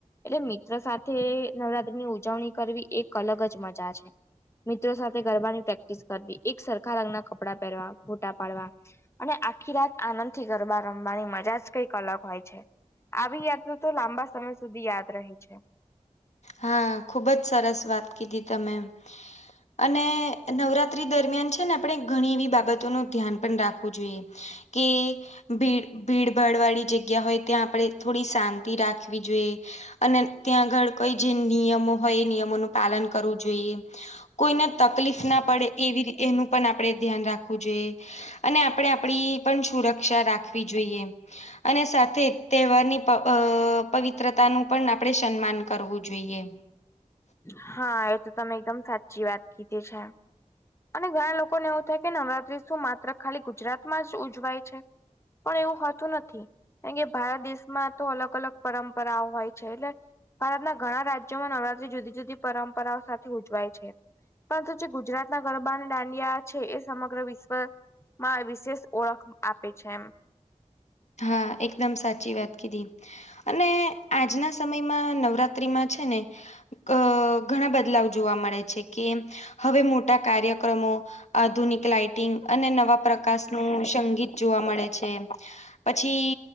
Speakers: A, on the left; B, on the left.
A: એટલે મિત્રો સાથે નવરાત્રીની ઉજવણી કરવી એક અલગ જ મજા છે. મિત્રો સાથે ગરબાની પ્રેક્ટિસ કરવી એક સરખા રંગના કપડાં પહેરવા ફોટા પાડવા અને આખી રાત આનંદ થી ગરબા રમવાની મજા જ કઈક અલગ હોય છે આવી યાદ તો લાંબા સમય સુધી યાદ ર છે.
B: હા ખુબ જ સરસ વાત કીધી તમે અને નવરાત્રી દરમિયાન છે ને આપણે ઘણી એવી બાબતોનું ધ્યાન પણ રાખવું જોઈએ. કે ભીડ ભીડ ભાડ વાળી જગ્યા હોય ત્યાં આપણે થોડી શાંતિ રાખવી જોઈએ અને ત્યાં આગળ કઈ જે નિયમો હોય એ નિયમોનું પાલન કરવું જોઈએ કોઈને તકલીફ ના પડે એવી એનું પણ આપણેે ધ્યાન રાખવું જોઈએ અને આપણેે આપડી પણ સુરક્ષા રાખવી જોઈએ અને સાથે જ તહેવારની પવિત્રતા નું પણ આપણે સન્માન કર કરવું જોઈએ
A: હા એ તો તમે એકદમ સાચી વાત કીધી છે. અને ઘણા લોકોને એવું થાય કે નવરાત્રી શું માત્ર ખાલી ગુજરાત માં જ ઉજવાય છે. પણ એવું હોતું નથી કારણ કે ભારત દેશમાં તો અલગ અલગ પરંપરાઓ હોય. છે એટલે ભારતના ઘણા રાજ્ય રાજમાં નવરાત્રી જુદી જુદી પરંપરાઓ સાથે ઉજવાય છે પરંતુ ગુજરાત. ના ગરબા અને દાંડિયા છે એ સમગ્ર વિશ્વમાં વિશેષ ઓળખ આપે છે એમ
B: હા એકદમ સાચી વાત કીધી અને આજના સમયમાં નવરાત્ર્રીમાં છે ને અ ઘણા બદલાવ જોવા મળે છે કે હવે મોટા કાર્યક્રમો આધુનિક લાાઈટિંગ અને નવા પ્રકાશ નું સંગીત જોવા મળે છે. પછી